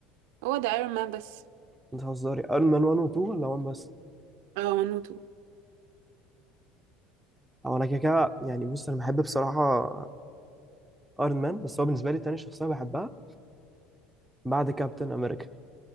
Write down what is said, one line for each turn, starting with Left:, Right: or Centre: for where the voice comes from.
Right: هو ده ايرون مان بس
Centre: أنت بتهزري أيرون مان 1 و 2 ولا 1 بس؟
Right: اه ونوتو
Centre: هو أنا كده كده يعني بص أنا بحب بصراحة ايرون مان بس هو بالنسبه لي تاني شخصيه بحبها بعد كابتن امريكا